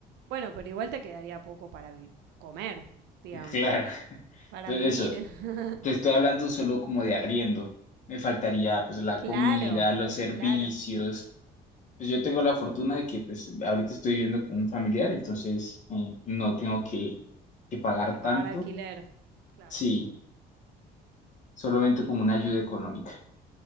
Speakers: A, on the right (about 80°); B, on the left (about 45°).
A: Bueno, pero igual te quedaría poco para vi- comer, digamos.
B: Claro, <laughs>
A: Para
B: pero
A: vivir.
B: eso,
A: <laughs>
B: te estoy hablando solo como de arriendo. Me faltaría pues la
A: claro,
B: comida, los servicios.
A: claro.
B: Pues yo tengo la fortuna de que pues ahorita estoy viviendo con un familiar, entonces eh, no tengo que, que pagar
A: Que
B: tanto.
A: pagar alquiler. Claro.
B: Sí. solamente
A: Y
B: como una
A: sí.
B: ayuda económica.